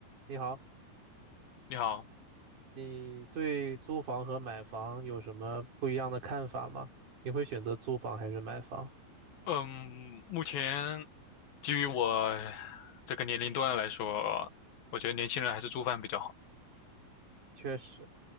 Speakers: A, on the right; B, on the left.
A: 你好，
B: 你好，
A: 你对租房和买房有什么不一样的看法吗？你会选择租房还是买房？
B: 嗯，目前基于我这个年龄段来说，我觉得年轻人还是租房比较好。
A: 确实，